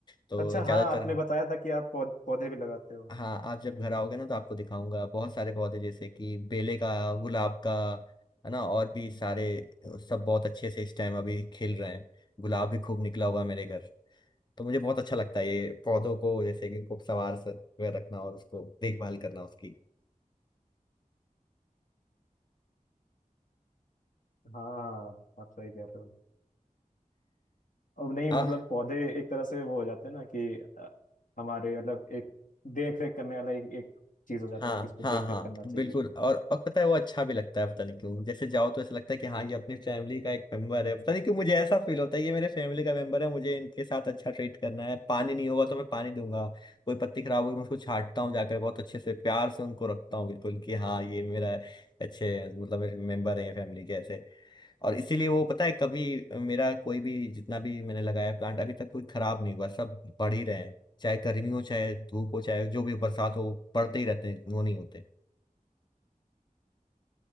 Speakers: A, on the left; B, on the left.
A: तो
B: अच्छा
A: ज्यादातर
B: हाँ आपने बताया था कि आप पौ- पौधे भी लगाते हो
A: हाँ आप जब घर आओगे ना तो आपको दिखाऊंगा बहुत सारे पौधे जैसे कि बेले का गुलाब का है ना और भी सारे सब बहुत अच्छे से इस टाइम अभी खिल रहे हैं गुलाब भी खूब निकला हुआ है मेरे घर तो मुझे बहुत अच्छा लगता है ये पौधों को जैसे कि खूब सवार से हुए रखना और उसको देखभाल करना उसकी
B: हाँ आप सही कह रहे हो अब नहीं
A: आ,
B: मतलब पौधे एक तरह से वो हो जाते हैं ना कि अ, हमारे मतलब एक देख रेख करने वाला एक, एक चीज हो जाता
A: हाँ
B: है कि इसको
A: हाँ
B: देख
A: हाँ
B: रेख करना चाहिए
A: बिल्कुल और और पता है वो अच्छा भी लगता है पता नहीं क्यों जैसे जाओ तो ऐसा लगता है कि हाँ ये अपनी फैमिली का एक मेंबर है पता नहीं क्यों मुझे ऐसा फील होता है ये मेरे फैमिली का मेंबर है मुझे इनके साथ अच्छा ट्रीट करना है पानी नहीं होगा तो मैं पानी दूंगा कोई पत्ती खराब होगी मैं उसको छांटता हूँ जाकर बहुत अच्छे से प्यार से उनको रखता हूँ बिल्कुल कि हाँ ये मेरा अच्छे मतलब मेरे मेंबर है फैमिली के ऐसे और इसीलिए वो पता है कभी मेरा कोई भी जितना भी मैंने लगाया प्लांट अभी तक कोई खराब नहीं हुआ सब बढ़ ही रहे हैं चाहे गर्मी हो चाहे धूप हो चाहे जो भी बरसात हो पड़ते ही रहते हैं वो नहीं होते